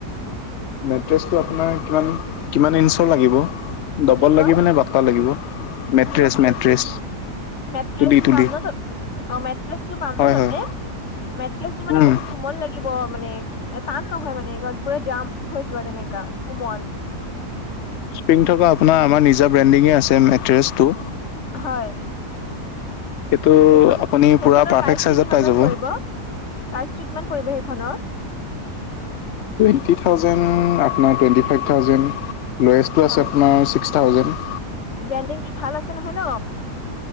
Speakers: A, on the left; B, on the left.
A: মেট্ৰেচটো আপোনাৰ কিমান -কিমান ইঞ্চৰ লাগিব ডবল
B: কি কয়
A: লাগিব নে ব থকা লাগিব মেট্ৰেছ-
B: কিহৰ কিহৰ
A: মেট্ৰেছ
B: মেট্ৰেছটো
A: তুলি তুলি
B: পাম ন' তাত অ, মেট্ৰেছটো পাম
A: হয়
B: ন' তাতে?
A: হয়
B: মেট্ৰেছ টো মানে
A: উম।
B: বহুত কোমল লাগি গিব মানে এ টান নহয় মানে <unintelligible> জাম হৈ যোৱা তেনেকা কোমল।
A: স্প্ৰিং থকা আপোনাৰ আমাৰ নিজা ব্ৰেণ্ডিঙে আছে মেট্ৰেছটো।
B: হয়।
A: সেইটো
B: সেইখনত-
A: আপুনি
B: সেইখনৰ
A: পুৰা পাৰফেক্ট
B: প্ৰাইচটো
A: চাইজত
B: কিমানমান
A: পাই যাব।
B: পৰিব প্ৰাইচটো কিমান পৰিব সেইখনৰ?
A: টু এইট্টি থাউজেণ্ড আপোনাৰ টুৱেণ্টি ফাইভ থাউজেণ্ড ল'য়েষ্টটো
B: হয়
A: আছে আপোনাৰ ছিক্স থাউজেণ্ড।
B: ব্ৰেণ্ডিংটো ভাল আছে নহয় ন?